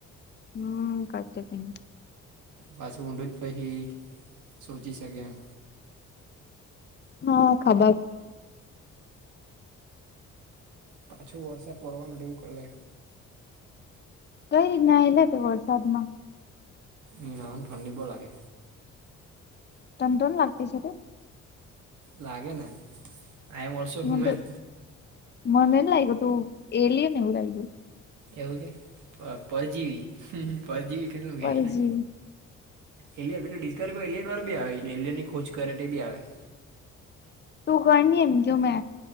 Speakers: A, on the left; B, on the right.
A: હમ્મ, કાચે પિન.
B: પાછું ઊંડું જ પહિ સોચી શકે એમ.
A: હા ખાબ
B: પાછું વર્ષ પડવાનું રેવું કર લય
A: કઈ રીતના એલા તો વરસાદ માં.
B: નિરાન ઠંડી બોહ લાગે.
A: તન તોન લાગતી છે તો.
B: લાગેને આઈ એમ ઓલ્સો હ્યુમેન.
A: મન તો મને ને લાગ્યું તું એલિયન એવું લાઇગુ.
B: એવું કે પ-પરજીવી પરજીવી કે હું
A: પરજીવી
B: કેને. એલિયન પેલું ડિસ્કવરી એલિયન વાળુંી આવે એલિયનની ખોજ કરે બી આવે
A: તું ગ એમ જો મે